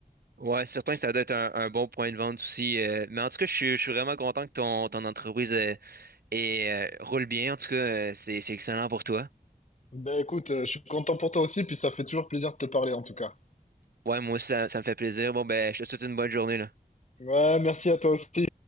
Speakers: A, on the right; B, on the left.
A: Ouais, c'est certain que ça doit être un, un bon point de vente aussi. euh, mais en tout cas, je suis, je suis vraiment content que ton, ton entreprise euh, et, euh, roule bien. En tout cas, euh, c'est, c'est excellent pour toi.
B: Ben écoute, euh, je suis content pour toi aussi, puis ça fait toujours plaisir de te parler en tout cas.
A: Ouais, moi aussi, ça, ça me fait plaisir. Bon, ben, je te souhaite une bonne journée, là.
B: Ouais, merci à toi aussi.